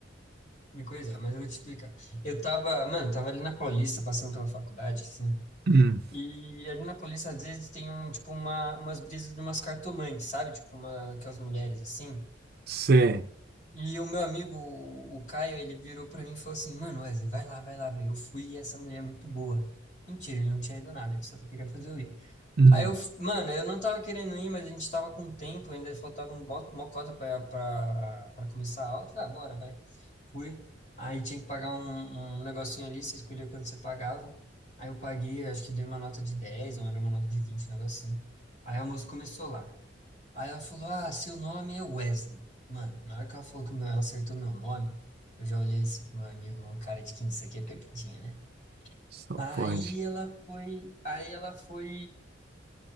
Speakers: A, on the left; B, on the right.
A: me coisar, mas eu vou te explicar. Eu tava, mano, tava ali na Paulista, passando pela faculdade, assim,
B: Hum,
A: e ali na Paulista às vezes tem um, tipo, uma, umas brisas de umas cartomantes, sabe? Tipo, uma, aquelas mulheres, assim.
B: cê.
A: E o meu amigo, o, o Caio, ele virou pra mim e falou assim, mano, Wesley, vai lá, vai lá, velho, eu fui e essa mulher é muito boa. Mentira, ele não tinha ido nada, ele só queria fazer eu ir.
B: Hum,
A: Aí eu, f- mano, eu não tava querendo ir, mas a gente tava com tempo, ainda faltava um bo- uma cota pra, pra, pra começar a aula. Eu Falei, ah, bora, vai. Fui. Aí tinha que pagar um, um negocinho ali, você escolhia quanto você pagava. Aí eu paguei, acho que dei uma nota de 10, ou era uma nota de 20, um negocinho. Aí a moça começou lá. Aí ela falou, ah, seu nome é Wesley. Mano, na hora que ela falou que o meu, ela acertou meu nome, eu já olhei esse meu amigo, um cara de 15, isso aqui é pegadinha, né?
B: só
A: Aí
B: pode.
A: ela foi, aí ela foi